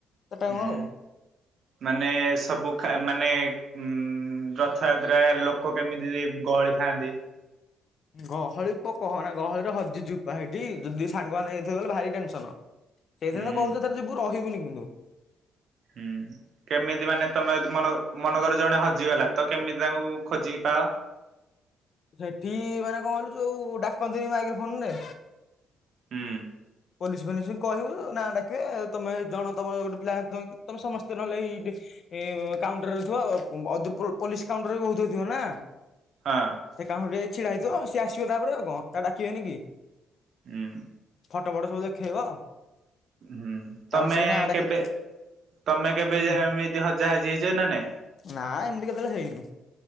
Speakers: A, on the left; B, on the right.
A: ଚାରିଟା
B: ହୁଁ
A: ଯାକ ଆଉ।
B: ମାନେ ସବୁ କା ମାନେ ଉଁ ଉଁ ରଥଯାତ୍ରା ଲୋକ କେମିତି ଗହଳି ଥାନ୍ତି?
A: ଗହଳି ପ କହନା ଗହଳିର ହଜିଯିବୁପା ହେଇଠି ଯଦି ସାଙ୍ଗମାନେ ହେଇଥିବ ବଲେ ଭାରି ଟେନସନ। ସେଇଥିନ
B: ହୁଁ
A: ତ କହୁଛ ତ ଥରେ ଯିବୁ ରହିବୁନି କିନ୍ତୁ
B: ହୁଁ କେମିତି ମାନେ ତମେ ଯଦି ମନ ମନଗର ଜଣେ ହଜିଗଲା ତ କେମିତି ତାଙ୍କୁ ଖୋଜିକି ପାଅ।
A: ସେଠି ମାନେ କଣ କହିଲୁ ଯୋଉ ଡାକନ୍ତିନି ମାଇକ ଫୋନରେ
B: ହୁଁ
A: ପୋଲିସ ଫୋଲିିସ କହିବୁ ନାଁ ଡାକିବେ ତମେ ଜଣ ତମର ଗୋଟେ ପିଲା ତମେ ସମସ୍ତେ ନହେଲେ ଏଇ ଡି କାଉଣ୍ଟରରେ ଥିବ <unintelligible> ପୋଲିସ କାଉଣ୍ଟର ବି ବହୁତ ହେଇଥିବନା।
B: ହଁ
A: ସେ କାଉଁ ଟେ ଛିଡା ହେଇଥିବ ଆଉ ସିଏ ଆସିବ ତାପରେ ଆଉ କଣ ତାକୁ ଡାକିବେନି କି?
B: ହୁଁ।
A: ଫଟ ଫଟ ସବୁ ଦେଖେଇବ।
B: ହୁଁ
A: ତାପରେ
B: ତମେ
A: ସେ ବି ନାଁ ଡାକିଲେ
B: କେବେ? ତମେ କେବେ
A: ହୁଁ
B: ଯେ ଏମିତି ହଜା ହାଜି ହେଇଚ ନା ନାଇଁ?
A: ନା ଏମିତି କେତେବେଳେ ହେଇନି